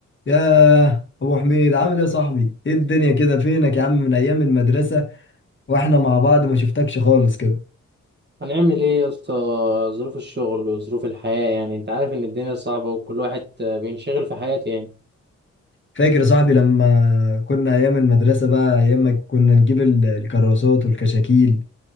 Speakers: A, on the left; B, on the right.
A: ياه ابو حميد عامل ايه يا صاحبي ايه الدنيا كده فينك يا عم من ايام المدرسه واحنا مع بعض ما شفتكش خالص كده
B: هنعمل ايه يا اسطى ظروف الشغل وظروف الحياة يعني انت عارف ان الدنيا صعبة وكل واحد آه، بينشغل في حياته يعني
A: فاكر يا صاحبي لما كنا ايام المدرسه بقى ايام ما كنا نجيب ال- الكراسات والكشاكيل